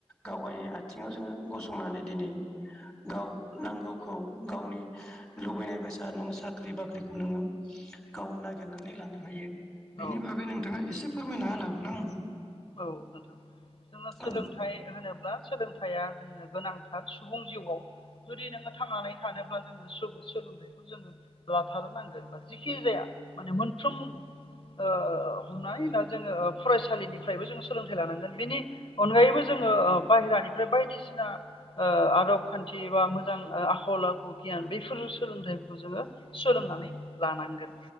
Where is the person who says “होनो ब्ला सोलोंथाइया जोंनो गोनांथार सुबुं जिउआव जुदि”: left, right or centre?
Left